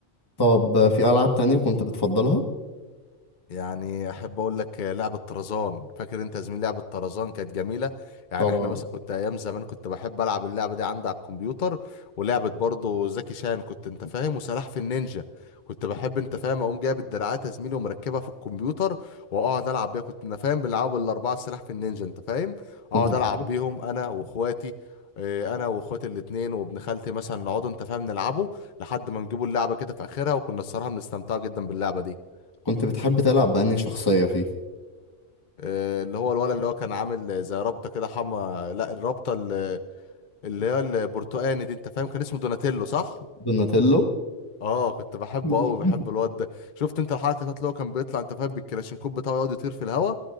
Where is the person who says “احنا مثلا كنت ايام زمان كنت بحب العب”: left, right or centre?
Left